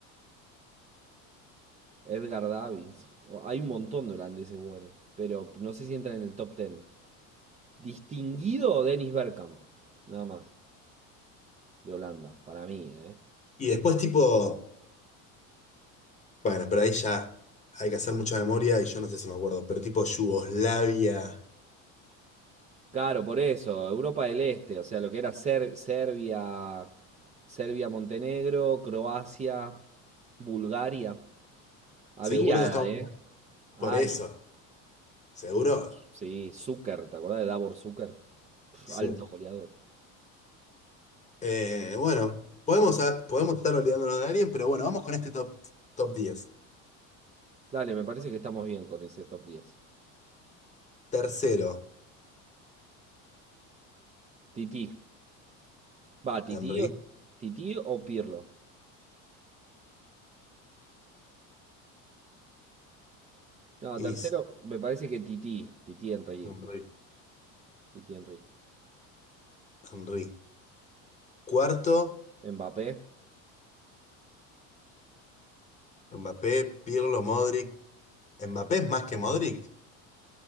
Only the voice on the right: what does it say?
Edgar Davids, Hay un montón de holandeses buenos. Pero no sé si entran en el top 10. Distinguido Dennis Bergkamp. Nada más. De Holanda. Para mí, ¿eh?
Claro, por eso. Europa del Este. O sea, lo que era Ser- Serbia. Serbia, Montenegro, Croacia, Bulgaria. Había,
¿eh? Ay,
sí, Zucker, ¿te acordás de Davor Zucker? Pf,
alto goleador.
Dale, me parece que estamos bien con ese top diez.
Tití. Va, Tití
o, Tití o Pirlo. No,
tercero, me parece que Tití. Tití Henry.
Tití Henry.
Mbappé.